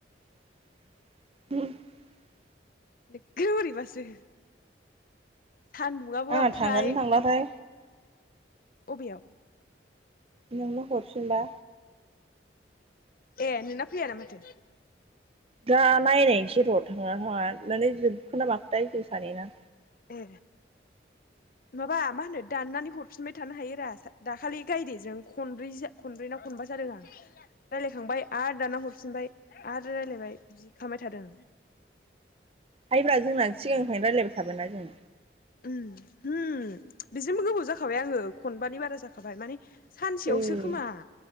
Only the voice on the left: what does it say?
बेखोनो बोरैबासो सान्दुंआबो
ओमफ्राय
अबेयाव।
ए नोंना फैयाना माथो
ए
माबा मा होनो दाननानै हरफिनबाय थानो हायो रा दाखालि गायदेजों खनब्रै खनब्रैना खनबा जादों आं। रायलायखांबाय आरो दाना हरफिनबाय आरो रायलायबाय बिदि खालामबाय थादों।
उम- उम बिजोंबो गोबोव जाखाबाय आङो खनबानि बारा जाखाबाय माने सानसेयावसो
खोमा।